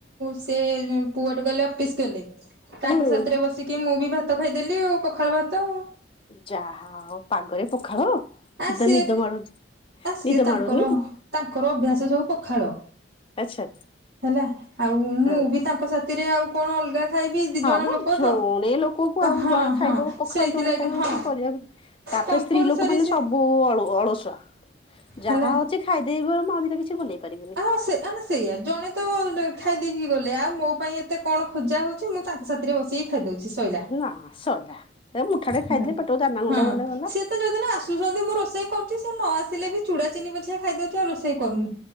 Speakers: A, on the right; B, on the left.
A: ସେ <unintelligible> ଗଲେ ଅଫିସ ଗଲେ। ତାଙ୍କ
B: ହୁଁ।
A: ସାଥିରେ ବସିକି କି ମୁଁ ବି ଭାତ ଖାଇଦେଲି ଆଉ ପଖାଳ ଭାତ ଆଉ।
B: ଯାହା ହଉ ପାଗରେ ପଖାଳ?
A: ଆ
B: ନିଦ
A: ସିଏ
B: ନିଦ ମାଡୁ
A: ଆ ସିଏ
B: ନିଦ
A: ତାଙ୍କର
B: ମାଡୁନି?
A: ତାଙ୍କର ଅଭ୍ୟାସ ସବୁ ପଖାଳ।
B: ଆଚ୍ଛା
A: ହେଲା? ଆଉ ମୁଁ
B: ହଁ।
A: ବି ତାଙ୍କ ସାଥିରେ ଆଉ କଣ ଅଲଗା ଖାଇବି ଦି
B: ହଁ
A: ଜଣ
B: ମ
A: ଲୋକ
B: ଜଣେ
A: ତ।
B: ଲୋକକୁ ଆଉ
A: ହଁ
B: ଜଣେ ଖାଇବ
A: ହଁ
B: ପଖାଳ,
A: ସେଇଥିଲାଗି
B: ଜଣେ ଖାଇବ
A: ହଁ
B: ରୁଟି କରିବାକୁ ତାପରେ
A: କମ୍ପଲସରି
B: ସ୍ତ୍ରୀ ଲୋକ ମାନେ
A: ସେ
B: ସବୁ ଅଳ-ଅଳସୁଆ।
A: ହେଲା।
B: ଯାହା ଅଛି ଖାଇଦେବି ବରଂ ଅମ୍ବିକା କିଛି ବନେଇ ପାରିବିନି।
A: ହଁ ସେ ମାନେ ସେଇଆ। ଜଣେ ତ ଖାଇଦେଇକି ଗଲେ ଆଉ ମୋ ପାଇଁ ଏତେ କଣ ଖୋଜା ହଉଛି, ମୁଁ ତାଙ୍କ ସାଥିରେ ବସିକି ଖାଇ ଦଉଛି ସଇଲା।
B: ନା ସଇଲା ଏ ମୁଠା ଟେ
A: ହେଲା
B: ଖାଇଦେଲେ ପେଟକୁ ଦାନା ଗୁଣ୍ଡେ
A: ହଁ।
B: ଗଲେ ଗଲା।
A: ସିଏ ତ <unintelligible> ମୁଁ ରୋଷେଇ କରୁଛି। ସେ ନ ଆସିଲେ ବି ଚୂଡ଼ା ଚିନି ପଛିିକା ଖାଇ ଦଉଛି, ଆଉ ରୋଷେଇ କରୁନି।